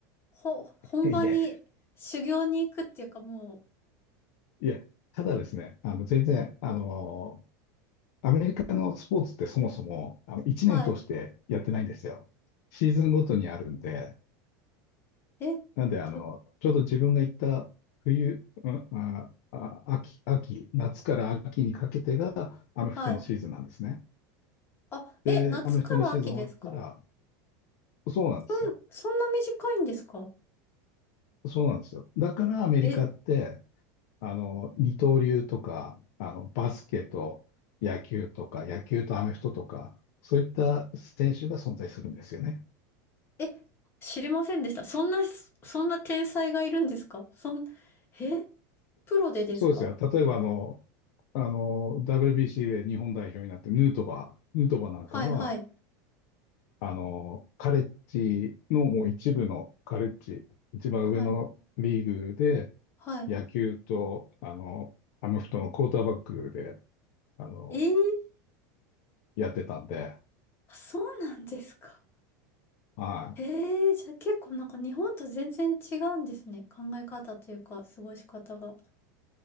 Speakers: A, on the left; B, on the left.
A: ほ、本場に、
B: いやいや、
A: 修行に行くっていうか、も
B: いや、ただですね、あの、全然、あの、アメリカのスポーツってそもそも、あの、1年通してやってないんですよ。
A: う、はい。
B: シーズンごとにあるんで、
A: え、
B: なんで、あの、
A: ど
B: ちょうど自分が行った冬、うんあ、あ、秋、秋、夏から秋にかけてがアメフトのシーズンなんですね。
A: はい。あ、え、
B: で、
A: 夏から秋ですか
B: アメフトのシーズン終わったら、そうなんですよ。
A: そん、そんな短いんですか
B: そうなんですよ。だからアメリカって、
A: え、
B: あの、二刀流とか、あの、バスケと野球とか、野球とアメフトとか、そういった選手が存在するんですよね。
A: え、知りませんでした。そんな、そんな天才がいるんですかそん、え、プロでですか
B: そうですよ。例えばあの、あの、WBC で日本代表になって、ヌートバー、ヌートバーなんかは、
A: はいはい。
B: あの、カレッジのもう一部のカレッジ、一番上のリーグで、
A: はい。はい。
B: 野球と、あの、アメフトのクォーターバックで、あの、
A: ええー
B: やってたんで、
A: <laughs> そうなんですか。
B: はい。
A: ええーじゃあ結構なんか日本と全然違うんですね。考え方というか、過ごし方が。